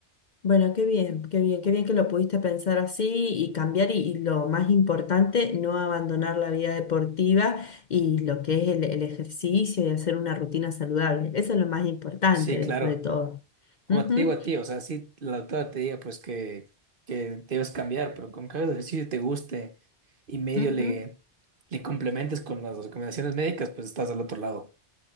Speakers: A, on the left; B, on the right.
A: Bueno, qué bien, qué bien, qué bien que lo pudiste pensar así y cambiar y, y lo más importante, no abandonar la vida deportiva y lo que es el, el ejercicio y hacer una rutina saludable. Eso es lo más importante
B: Sí,
A: después
B: claro.
A: de todo.
B: Como
A: Ujú,
B: te digo a ti, o sea, si la doctora te diga pues que, que debes cambiar, pero con que hagas ejercicio y te guste y medio
A: ujú.
B: le, le complementes con las recomendaciones médicas, pues estás al otro lado.